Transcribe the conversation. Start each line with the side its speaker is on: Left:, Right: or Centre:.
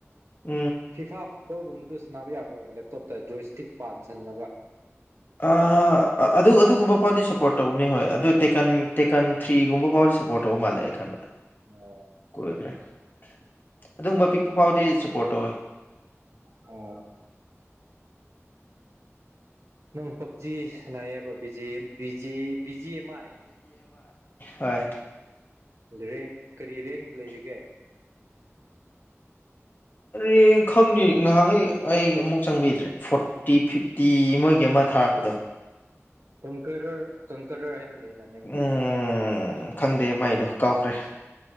Left: ꯎꯝ
Right: ꯁꯤꯤꯐꯥ ꯐꯠꯨꯝ ꯑꯗꯨ ꯁꯥꯟꯕ ꯌꯥꯕ꯭ꯔꯣ ꯂꯦꯞꯇꯣꯞꯇ ꯖꯣꯏ ꯏꯁꯇꯤꯛ ꯄꯥꯟꯁꯜꯂꯒ
Left: ꯑ ꯑꯗꯨ ꯑꯗꯨꯒꯨꯝꯕ ꯐꯥꯎꯗꯤ ꯁꯄꯣꯔꯠ ꯇꯧꯕꯅꯦ ꯍꯣꯏ ꯑꯗꯨ ꯇꯦꯀꯟ ꯇꯦꯀꯟ ꯊ꯭ꯔꯤꯒꯨꯝꯕ ꯐꯥꯎꯗꯤ ꯁꯄꯣꯔꯠ ꯇꯧꯕ ꯃꯥꯜꯂꯦ ꯂꯩꯦꯥꯏ ꯄꯕ
Right: ꯑꯣ
Left: ꯀꯣꯏꯗ꯭ꯔꯦ ꯑꯗꯨꯒꯨꯝꯕ ꯄꯤꯛꯄ ꯐꯥꯎꯗꯤ ꯁꯞꯄꯣꯔꯠ ꯇꯣꯏ
Right: ꯑꯣ ꯅꯪ ꯄꯞꯖꯤ ꯏꯕꯕꯤꯖꯤ ꯕꯤꯖꯤꯦ ꯕꯤꯖꯤ ꯑꯃꯥꯏ
Left: ꯍꯣꯏ
Right: ꯔꯤ ꯀꯔꯤ ꯔꯦꯡꯗ ꯂꯩꯔꯤꯒꯦ
Left: ꯑ ꯈꯪꯅꯤ ꯉꯍꯥꯛꯈꯩ ꯑꯩ ꯑꯃꯨꯛ ꯆꯪꯕꯤꯗ꯭ꯔꯦ ꯐꯣꯔꯇꯤ ꯐꯤꯐꯇꯤ ꯃꯣꯏꯒꯤ ꯑꯃ ꯊꯥꯔꯛꯄꯗꯣ
Right: ꯁꯪꯔ ꯀꯂꯔ ꯍꯥꯏꯅ ꯂꯩꯅ ꯅꯪꯒꯤ
Left: ꯎꯝ ꯈꯪꯗꯦ ꯃꯥꯏꯗꯣ ꯀꯥꯎꯈ꯭ꯔꯦ